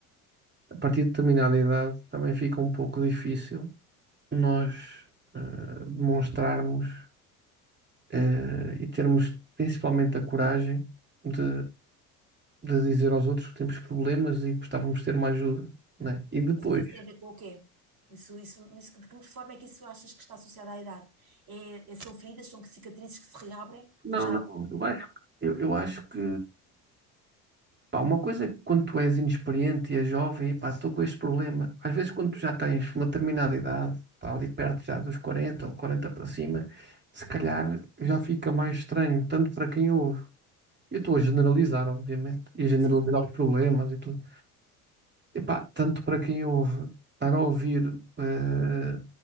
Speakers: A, on the right; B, on the right.
A: a partir de determinada idade também fica um pouco difícil nós eh, demonstrarmos eh, e termos principalmente a coragem de, de dizer aos outros que temos problemas e que gostávamos de ter uma ajuda, né? E depois.
B: Achas que isso tem a ver com o quê? Isso, isso, isso, de que forma é que isso achas que está associado à idade? É, é- são feridas, são cicatrizes que se reabrem?
A: Não,
B: Porque já.
A: não, eu acho, eu, eu acho que, pá, uma coisa é que quando tu és inexperiente e és jovem, e pá, estou com este problema. Às vezes quando tu já tens uma determinada idade, pá, ali perto já dos 40 ou 40 para cima, se calhar já fica mais estranho, tanto para quem ouve. Eu estou a generalizar, obviamente, e a generalizar
B: Sim, claro.
A: os problemas e tudo. E pá, tanto para quem ouve, para ouvir eh,